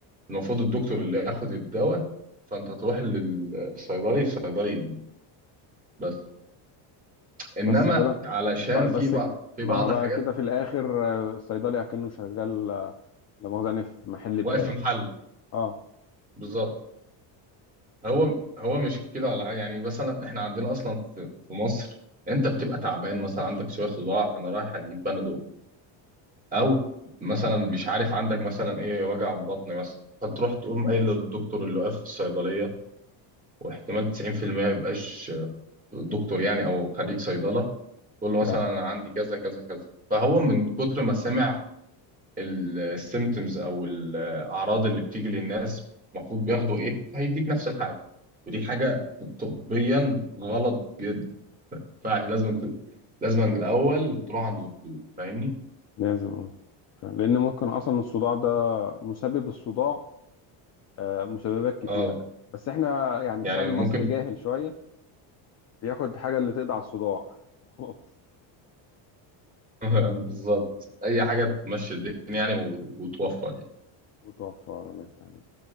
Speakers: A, on the right (about 15°); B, on the left (about 35°).
A: المفروض الدكتور اللي ياخد الدواء فانت تروح للصيدلي الصيدلي دي بس انما
B: بس كده
A: علشان
B: ب-
A: في
B: بس
A: بعض
B: ك-
A: في
B: ما
A: بعض
B: بقى
A: حاجات
B: كده في الاخر آه، الصيدلي اكنه شغال آه، لا مؤاخذه يعني في محل بقاله
A: واقف في محل
B: اه
A: بالظبط هو هو مش كده ولا حاجه يعني مثلا احنا عندنا اصلا في, في مصر انت بتبقى تعبان مثلا عندك شويه صداع انا رايح اجيب بنادول او مثلا مش عارف عندك مثلا ايه وجع بطن مثلا فتروح تقوم قايل للدكتور اللي واقف في الصيدليه واحتمال 90% ما يبقاش دكتور يعني او خريج
B: اه
A: صيدله تقول له مثلا
B: فعلا
A: أنا عندي كذا كذا كذا فهو من كتر ما سمع السيمتومز او الاعراض اللي بتيجي للناس المفروض بياخدوا ايه فهيديك نفس الحاجه ودي حاجه طبيا غلط جدا فلازم ت... لازم من الاول تروح عند دكتور فاهمني
B: لازم اه فعلا. لان ممكن اصلا الصداع ده مسبب الصداع آه، مسببات كتيرة
A: اه
B: بس احنا يعني الشعب
A: يعني
B: المصري
A: ممكن
B: جاهل شوية بياخد حاجة اللي تقضي على الصداع <laughs> خلاص
A: <laughs> بالظبط اي حاجه تمشي الدنيا يعني و... وتوفر يعني
B: وتوفر الله يفتح عليك